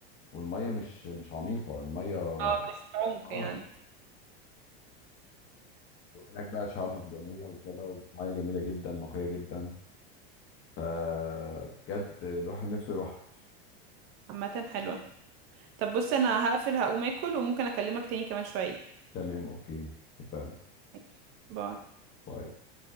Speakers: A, on the left; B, on the right.
A: والميه مش مش عميقه الميه
B: اه بس عمق
A: اه
B: يعني
A: وهناك بقى شعاب مرجانية وكده ومياه جميلة جدا نقية جدا فبجد الواحد نفسه يروح
B: عامة حلوة طب بص انا هقفل هقوم اكل وممكن اكلمك تاني كمان شوية
A: تمام اوكي فاهم
B: ماشي. باي
A: طيب